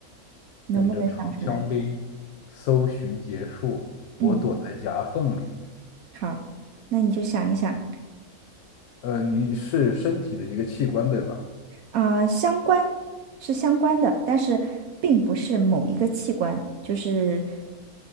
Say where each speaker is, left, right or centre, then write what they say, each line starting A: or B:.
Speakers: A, on the right; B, on the left.
A: 能不能想出来？
B: 等着长枪兵搜寻结束，
A: 嗯，
B: 我躲在夹缝里。
A: 好，那你就想一想。
B: 呃，你是身体的一个器官，对吧？
A: 啊、相关是相关的，但是并不是某一个器官，就是